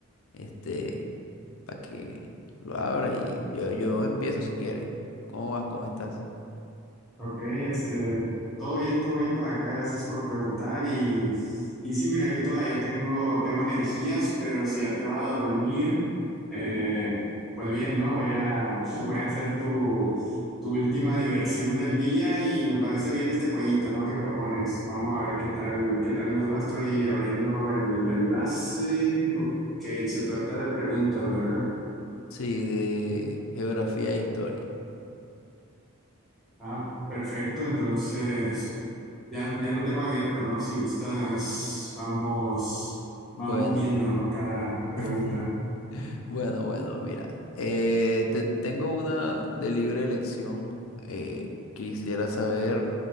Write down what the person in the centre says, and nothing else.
Ok, este, todo bien, todo bien por acá, gracias por preguntar. Y, y sí, mira, yo todavía tengo, tengo energías, pero si ya te vas a dormir, eh, pues bien, ¿no? Voy a, <laughs> voy a hacer tu, tu última diversión del día y me parece bien este jueguito, ¿no? Que propones. Vamos a ver qué tal, qué tal nos va. Estoy abriendo el enlace. Ok, se trata de preguntas, ¿verdad?
Ah, perfecto. Entonces, ya, ya lo tengo abierto, ¿no? Si gustas, vamos,
vamos viendo, ¿no? Cada pregunta.